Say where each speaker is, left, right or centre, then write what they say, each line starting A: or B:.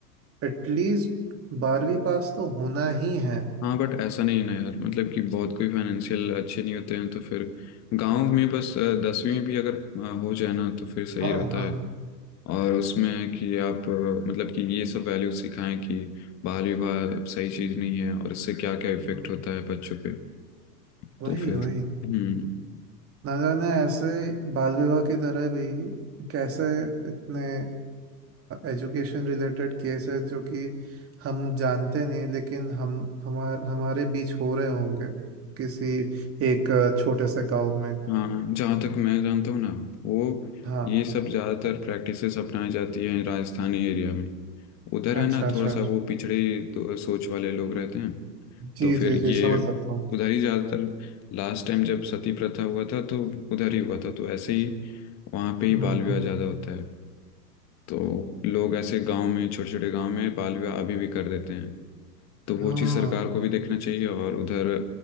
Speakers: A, on the right; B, on the left.
A: एटलीस्ट बारहवीं पास तो होना ही है
B: हाँ बट ऐसा नहीं है ना यार मतलब कि बहुत कोई फाइनेंशियल अच्छे नहीं होते हैं तो फिर गांव में बस अ, दसवीं में भी अगर अ, हो जाए ना तो फिर सही
A: हाँ
B: रहता
A: हाँ
B: है और उसमें कि आप अ, मतलब कि ये सब वैल्यू सिखाएं कि बाल विवाह सही चीज़ नहीं है और इससे क्या क्या इफेक्ट
A: हाँ।
B: होता है बच्चों पे
A: वही
B: तो फिर
A: वही
B: हम्म
A: ना जाने ऐसे बाल विवाह की तरह भी कैसे इतने एजुकेशन रिलेटेड केस है जो कि हम जानते नहीं लेकिन हम हमार हमारे बीच हो रहे होंगे किसी एक अ, छोटे से गांव में
B: हाँ जहाँ तक मैं जानता हूँ ना वो
A: हाँ
B: ये सब ज़्यादातर प्रैक्टिसेस अपनाई जाती हैं राजस्थानी एरिया में उधर है
A: अच्छा
B: ना
A: अच्छा
B: थोड़ा सा
A: अच्छा।
B: वो पिछड़ी तो सोच वाले लोग रहते हैं
A: जी
B: तो फिर
A: जी जी
B: ये
A: समझ सकता हूँ
B: उधर ही ज़्यादातर लास्ट टाइम जब सती प्रथा हुआ था तो उधर ही हुआ था तो ऐसे ही वहाँ पे ही
A: हम्म,
B: बाल विवाह
A: हम्म,
B: ज़्यादा होता है तो लोग ऐसे गांव में छोटे छोटे गांव में बाल विवाह अभी भी कर देते हैं तो वो
A: हाँ
B: चीज़ सरकार को भी देखना चाहिए और उधर